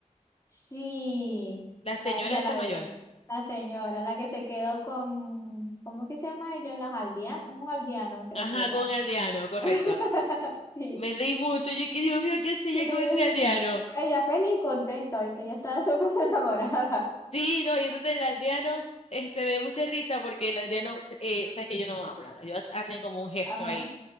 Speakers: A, on the left; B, on the left.
A: Sí,
B: La
A: la,
B: señora
A: ya
B: esa
A: la
B: mayor.
A: ve. La señora, la que se quedó con, ¿cómo que se llama ellos? Los aldeanos, un aldeano creo
B: Ajá,
A: que era.
B: con Aldeano, correcto.
A: <laughs> Sí.
B: Me reí mucho, yo que Dios mío, ¿qué hacía
A: Sí.
B: ella con ese aldeano?
A: Ella feliz y contenta, ¿viste? Ella estaba súper <laughs> enamorada.
B: Sí, no, y entonces el aldeano, este, me dio mucha risa porque el aldeano, se- eh, o sea, es que ellos no hablan, ellos hacen como un gesto
A: Ajá,
B: ahí.